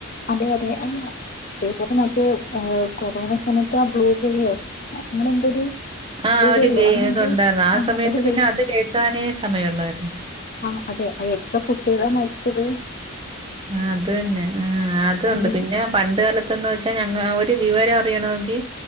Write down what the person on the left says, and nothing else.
അതെ അതെ അല്ല അതെപോൽ. മറ്റേ ഹ് കൊറോണ സമയത്ത് ആ ബ്ലൂ ഗ്ലെയോ അങ്ങനെ എന്തൊരു.
ബ്ലൂ
ഗെയിലോ
അങ്ങനെ
എന്തോ
ഒരു
ആഹ് അതെ അ എത്ര കുട്ടികളാ മരിച്ചത്
ആ